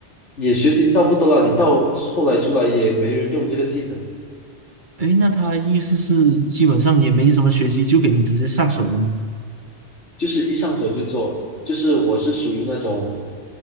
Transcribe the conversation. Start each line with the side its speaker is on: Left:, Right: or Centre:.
Left: 也学习到不多了，你到后来出来也没人用这个技能，
Right: 诶，那他的意思是基本上也没什么学习，就给你直接上手了吗？
Left: 就是一上手就做，就是我是属于那种，